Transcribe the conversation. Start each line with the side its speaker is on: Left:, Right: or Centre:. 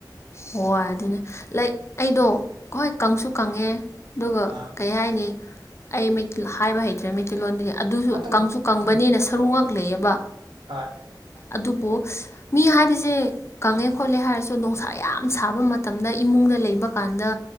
Left: ꯍꯣꯏ ꯑꯗꯨꯅꯦ ꯂꯥꯏꯠ ꯑꯩꯗꯣ ꯍꯣꯏ ꯀꯪꯁꯨ ꯀꯪꯉꯦ ꯑꯗꯨꯒ
Right: ꯑꯥ
Left: ꯀꯩ ꯍꯥꯏꯅꯤ ꯑꯩ ꯍꯥꯏꯕ ꯍꯩꯇ꯭ꯔꯦ ꯃꯩꯇꯩꯂꯣꯟꯗꯗꯤ ꯑꯗꯨꯁꯨ
Right: ꯑꯗꯨꯝ
Left: ꯀꯪꯁꯨ ꯀꯪꯕꯅꯤꯅ
Right: ꯎꯝ
Left: ꯁꯔꯨꯉꯛ ꯂꯩꯌꯦꯕ
Right: ꯍꯣꯏ
Left: ꯑꯗꯨꯕꯨ ꯃꯤ ꯍꯥꯏꯕꯁꯦ ꯀꯪꯉꯦ ꯈꯣꯠꯂꯦ ꯍꯥꯏꯔꯁꯨ ꯅꯨꯡꯁꯥ ꯌꯥꯝ ꯁꯥ ꯕ ꯃꯇꯝꯗ ꯏꯃꯨꯡꯗ ꯂꯩꯕ ꯀꯥꯟꯗ